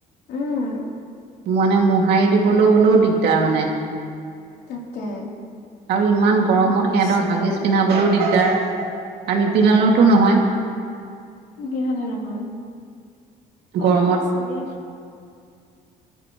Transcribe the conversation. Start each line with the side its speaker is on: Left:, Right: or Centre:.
Left: উম।
Right: মানে মোহাৰি দিবলৈ হ'লেও দিগদাৰ মানে।
Left: তাকে।
Right: আৰু ইমান গৰমত
Left: সমস্যা
Right: সিহঁতক হাগিজ
Left: মানে
Right: পিন্ধাবলৈও দিগদাৰ আৰু নিপিন্ধালেওতো নহয়।
Left: নিপিন্ধা নহয়
Right: গৰমত
Left: আৰু সৰু ছোৱালী।